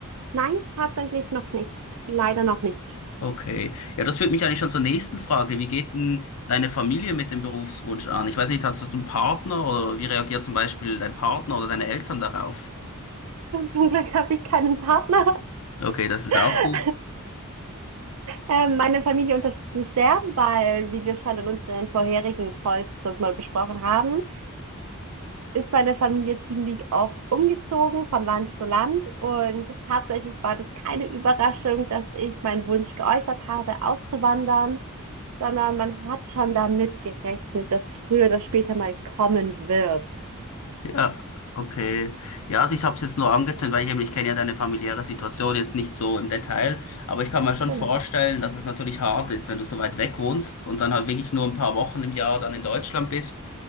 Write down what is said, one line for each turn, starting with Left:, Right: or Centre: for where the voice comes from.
Right: Nein, tatsächlich noch nicht. Leider noch nicht.
Left: Okay. Ja, das führt mich eigentlich schon zur nächsten Frage. Wie geht denn deine Familie mit dem Berufswunsch an? Ich weiß nicht, hast du einen Partner oder wie reagiert zum Beispiel dein Partner oder deine Eltern darauf?
Right: <laughs> Zum Glück habe ich keinen Partner.
Left: Okay, das ist
Right: <laughs>
Left: auch gut.
Right: Ähm, Meine Familie unterstützt mich sehr, weil, wie wir schon in unseren vorherigen Calls das mal besprochen haben, ist meine Familie ziemlich oft umgezogen von Land zu Land und tatsächlich war das keine Überraschung, dass ich meinen Wunsch geäußert habe, auszuwandern, sondern man hat schon damit gerechnet, dass es früher oder später mal kommen wird.
Left: Ja, okay. Ja, also ich habe es jetzt nur angezündet, weil ich eben, ich kenne ja deine familiäre Situation jetzt nicht so im Detail, aber ich kann mir schon
Right: Genau.
Left: vorstellen, dass es natürlich hart ist, wenn du so weit weg wohnst und dann halt wirklich nur ein paar Wochen im Jahr dann in Deutschland bist.